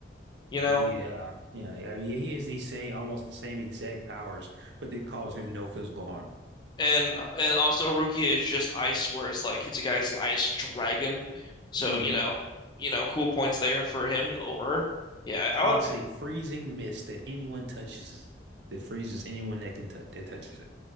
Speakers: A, on the left; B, on the right.
A: you
B: Yeah,
A: know?
B: yeah, yeah. I mean, he has the same, almost same exact powers, but they cause him no physical harm.
A: And and also Rukia is just ice, whereas like hits a guy is an ice dragon. So,
B: hmm
A: you know, you know, cool points there for him over her. Yeah,
B: Creates
A: I would,
B: a freezing mist that anyone touches. That freezes anyone that can touch that touches it.